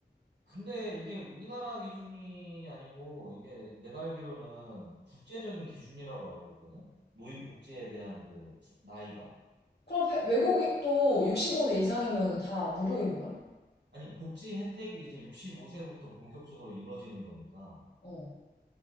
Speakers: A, on the right (about 75°); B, on the left (about 70°).
A: 근데 이게 우리나라 기준이 아니고, 이게 내가 알기로는 국제적인 기준이라고 알고 있거든? 노인 복지에 대한 그 나이가?
B: 그럼 회- 외국도 65세 이상이면 다 무료인 거야?
A: 아니, 복지 혜택이 이제 65세부터 본격적으로 이루어지는 거니까,
B: 어.